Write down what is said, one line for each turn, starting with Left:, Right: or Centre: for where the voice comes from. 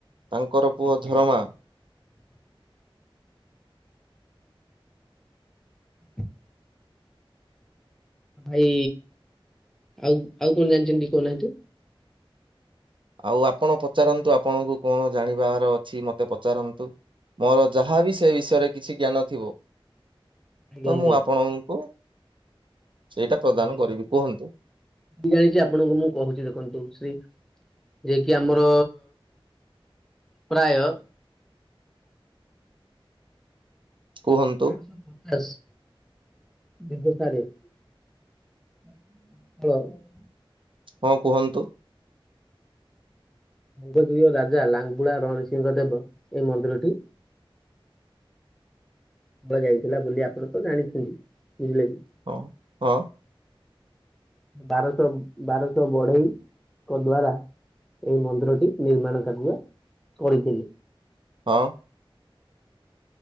Right: ତାଙ୍କର ପୁଅ
Centre: ଆଜ୍ଞା
Right: ଧରମା
Centre: ଆଜ୍ଞା। <inaudible> ଭାଇ ଆଉ ଆଉ କଣ ଜାଣିଛନ୍ତି ଟିକେ କହୁନାହାନ୍ତି।
Right: ଆଉ ଆପଣ ପଚାରନ୍ତୁ ଆପଣଙ୍କୁ କଣ ଜାଣିବାର ଅଛି ମତେ ପଚାରନ୍ତୁ। ମୋର ଯାହାବି ସେ ବିଷୟରେ କିଛି ଜ୍ଞାନ ଥିବ
Centre: ଆଜ୍ଞା
Right: ତ
Centre: ଆଜ୍ଞା
Right: ମୁଁ ଆପଣଙ୍କୁ ସେଇଟା ପ୍ରଦାନ
Centre: ଯେତିକି
Right: କରିବି କୁହନ୍ତୁ।
Centre: ଜାଣିଛି ଆପଣଙ୍କୁ ମୁଁ କହୁଛି ଦେଖନ୍ତୁ ଶ୍ରୀ ଯିଏ କିି ଆମର ପ୍ରାୟ
Right: କୁହନ୍ତୁ
Centre: ବାରଶହ ପଚାଶ। ବିନ୍ଧ ଠାରେ <unintelligible>
Right: ହଁ କୁହନ୍ତୁ।
Centre: ଭଙ୍ଗଶ ରାଜା ଲାଙ୍ଗୁଳା ରଣସିଂଙ୍କ ଦେବ ଏଇ ମନ୍ଦିରଟି ସୁଭା ଯାଇଥିଲା ବୋଲି ଆପଣ ତ ଜାଣିଛନ୍ତି ବୁଝିଲେ କି।
Right: ହଁ ହଁ।
Centre: ବାରଶହ ବାରଶହ ବଢେଇଙ୍କ ଦ୍ଵାରା ଏଇ ମନ୍ଦିରଟି ନିର୍ମାଣ କାର୍ଯ୍ୟ କରିଥିଲେ।
Right: ହଁ।